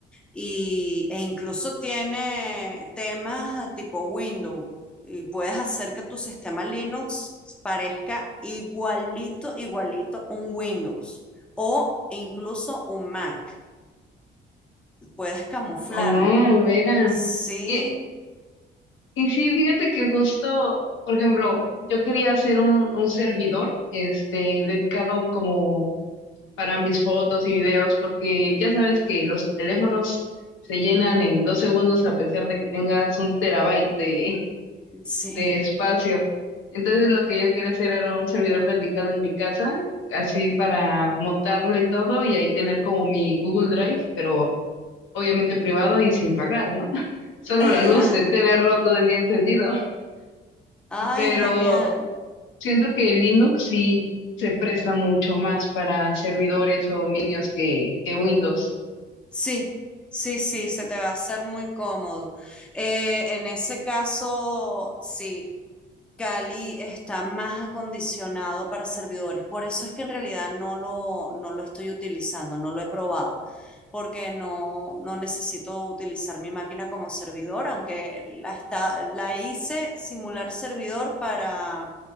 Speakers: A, in the centre; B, on the left.
A: Y, e incluso tiene temas tipo Windows y puedes hacer que tu sistema Linux parezca igualito, igualito un Windows o incluso un Mac. Puedes camuflarlo.
B: Oh, mira.
A: Sí,
B: Y, y sí, fíjate que justo, por ejemplo, yo quería hacer un, un servidor, este, dedicado como para mis fotos y videos, porque ya sabes que los teléfonos se llenan en dos segundos a pesar de que tengas un terabyte de,
A: sí.
B: de espacio. Entonces lo que yo quería hacer era un servidor dedicado en mi casa, así para montarlo y todo, y ahí tener como mi Google Drive, pero obviamente privado y sin pagar, ¿no? <laughs> Solo
A: <laughs>
B: la luz de tenerlo todo el día encendido.
A: Ay,
B: Pero
A: genial.
B: siento que Linux sí se presta mucho más para servidores o dominios que, que Windows.
A: Sí, sí, sí, se te va a hacer muy cómodo. Eh, en ese caso, sí, Cali está más acondicionado para servidores. Por eso es que en realidad no lo, no lo estoy utilizando, no lo he probado, porque no, no necesito utilizar mi máquina como servidor, aunque la, está, la hice simular servidor para